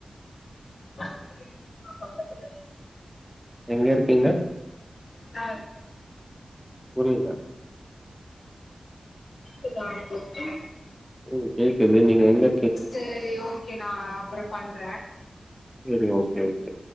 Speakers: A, on the left (about 75°); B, in the centre.
A: இருக்கோம். பக்கத்துல
B: எங்கருக்கீங்க
A: நா
B: புரியல
A: க்குதா உங்களுக்கு
B: ம் கேக்குது நீங்க எங்கரு
A: சரி ஓகே நா அப்பற பண்ற
B: சரி ஓகே ஓகே